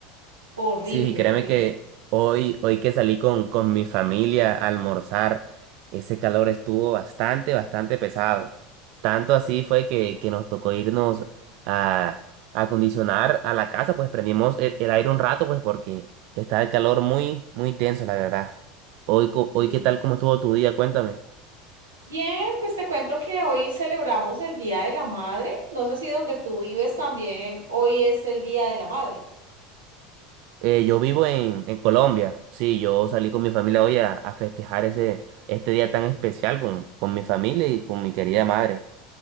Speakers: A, on the right (about 80°); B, on the right (about 50°).
A: horrible,
B: Sí, créeme
A: horrible.
B: que hoy, hoy que salí con, con mi familia a almorzar, ese calor estuvo bastante, bastante pesado. Tanto así fue que, que nos tocó irnos a a acondicionar a la casa, pues prendimos el, el aire un rato, pues porque está el calor muy, muy tenso, la verdad. Hoy, co-
A: Y
B: hoy, ¿qué tal, cómo estuvo tu día? Cuéntame.
A: bien, pues te cuento que hoy celebramos el Día de la Madre. No sé si donde tú vives también, hoy es el Día de la Madre.
B: Eh, yo vivo en, en Colombia, sí, yo salí con mi familia hoy a, a festejar ese, este día tan especial con, con mi familia y con mi querida madre.